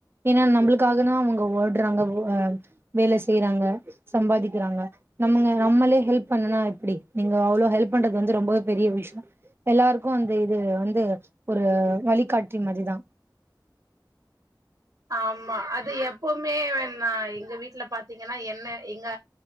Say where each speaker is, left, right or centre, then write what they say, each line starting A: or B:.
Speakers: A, on the right; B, on the right.
A: ஏனா நம்ளுக்காக தா அவுங்க ஓடுறாங்க வேலை செய்றாங்க சம்பாதிக்கிறாங்க நம்ங்க நம்மளே ஹெல்ப் பண்ணலனா எப்டி நீங்க அவ்ளோ ஹெல்ப் பண்றது வந்து ரொம்பவே பெரிய விஷ்யோ எல்லாருக்கு அந்த இது வந்து ஒரு வழிகாட்டி மாரிதா
B: ஆமா அது எப்போமே வேணா எங்க வீட்ல பாத்தீங்கனா என்ன எங்க